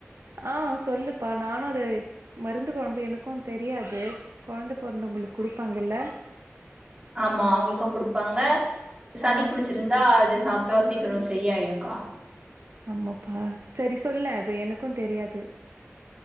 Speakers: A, on the right; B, on the right.
A: அ சொல்லுப்பா நானு அத மருந்துக் கொழம்பு எனக்கு தெரியாது கொழந்த பொறந்தவுங்களுக்கு குடுப்பாங்கல்ல
B: ஆமா அவங்ளுக்கு குடுப்பாங்க சளி
A: ஆ
B: புடிச்சிருந் தா அது சாப்ட்டா சீக்கிரோ சரியாயிடுங்க்கா
A: ஆமாப்பா சரி சொல்ல அது எனக்கு தெரியாது